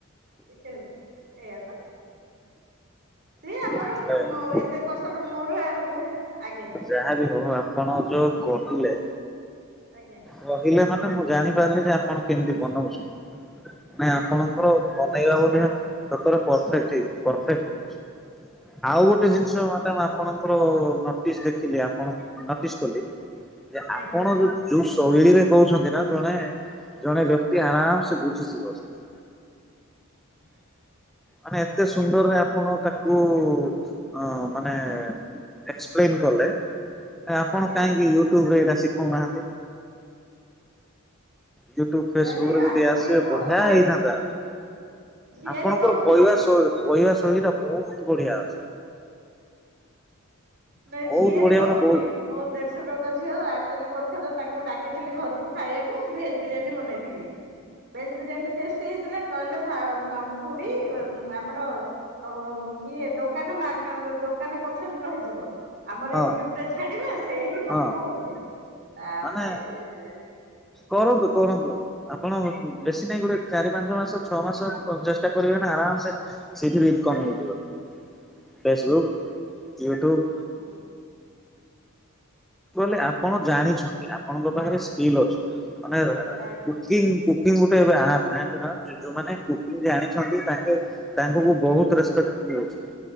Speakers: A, on the right; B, in the centre.
A: ଏ ଏଇଆ ତ ସିଏ ଆମର।
B: ହଁ
A: ଏତେ ବର୍ଷର ମୋର ଆଉ ଆଜ୍ଞା।
B: ଯାହା ବିି ହଉ ଆପଣ ଯୋଉ କହିଲେ
A: ଆଜ୍ଞା।
B: କହିଲେ ମାନେ ମୁଁ ଜାଣିପାରିଲି ଯେ ଆପଣ କେମିତି ବନଉଛନ୍ତି ନା ଆପଣଙ୍କର ବନେଇ ବାବୁ ସତରେ ପରଫେକ୍ଟ ହେଇଚି ପରଫେକ୍ଟ। ଆଉ ଗୋଟେ ଜିନିଷ ମାନେ ଆପଣଙ୍କୁ ଙ୍କ ନୋଟିସ ଦେଖିଲି ଆପଣ ନୋଟିସ୍ କଲି ଯେ ଆପଣ
A: ଆଜ୍ଞା
B: ଯଦି ଯୋଉ ଶୈଳୀରେ କହୁଛନ୍ତି ନା ଜଣେ ଜଣେ ବ୍ୟକ୍ତି ଆରାମ ସେ ବୁଝିଯିବ ସେଇଟା।
A: <inaudible>
B: ମାନେ ଏତେ ସୁନ୍ଦରରେ ଆପଣ ତା କ ଅ ମାନେ ଏସପ୍ଲେନ କଲେ ଆପଣ
A: ଆଜ୍ଞା
B: କାହିଁକି ୟୁଟ୍ୟୁବ ରେ ଏଇଟା ଶିଖଉନାହାନ୍ତି। ୟୁଟ୍ୟୁବ ଫେସବୁକ
A: ନାଇଁ ନାଇଁ
B: ରେ ଯଦି
A: ଆକ୍ଚୁଆଲି
B: ଆସିବେ ବଢିଆ
A: ଝିଆରୀ
B: ହେଇଥାନ୍ତା।
A: ଝିଆରୀ
B: ଆପଣଙ୍କର
A: କହୁଥିଲେ
B: କହିବା ଶୈଳ କହିବା ଶୈଳୀ ଟା ବହୁତ ବଢିଆ ଅଛି।
A: ନା
B: ବହୁତ
A: ଝିଅ
B: ବଢିଆ
A: ଟି କହୁଥିଲେ।
B: ମାନେ ବହୁତ
A: ମୋ ଦେଶଶୁରଙ୍କ ଝିଅ ଆଚୁଆଲି ଗୋଟେ ଥର ତାଙ୍କୁ ଡାକିଥିଲି ଘରକୁ ଖାଇବାକୁ ଭେଜ ବିରିୟାନୀ ବନେଇଥିଲି। ଭେଜ ବିରିୟାନୀ ଟେଷ୍ଟି ହେଇଥିଲା କହିଲେ ଭା ଉଁ ଆଁ ଉଁ ଖୁଡି ଆମର ଅ ଇଏ ଦୋକାନ ମାର୍ଗ ଦୋକାନ ପଛରେ ରହିଯିବ ଆମର
B: ହଁ
A: ୟୁଟ୍ୟୁବ ରେ ଛାଡିବେ ସେ ହିଁ
B: ହଁ
A: ମତେ କହୁଥିଲେ। ତାପରେ
B: ମାନେ
A: ଏ
B: କରନ୍ତୁ କରନ୍ତୁ। ଆପଣ ବେଶୀ ନାହିଁ ଗୋଟେ ଚାରି ପାଞ୍ଚ ମାସ ଛଅ ମାସ ଚେଷ୍ଟା କରିବେ ନା ଆରାମସେ ସେଇଥି ବି ଇନ କମ ହେଇଯିବ ଫେସବୁକ୍, ୟୁଟ୍ୟୁବ।
A: ହଁ।
B: କହିଲେ ଆପଣ ଜାଣିଛନ୍ତି ଆପଣଙ୍କ ପାଖରେ ସ୍କିଲ୍ ଅଛି ମାନେ
A: ଆଜ୍ଞା
B: କୁକିଂ କିଂ ଗୋଟେ ଆପ୍ ଜନିଚନା ଯୋଉମାନେ କୁକିଂ ଜାଣିଛନ୍ତି ତାଙ୍କେ ତାଙ୍କୁ ମୁ ବହୁତ ରେସ୍ପେକ୍ଟ ମିଳୁଚି।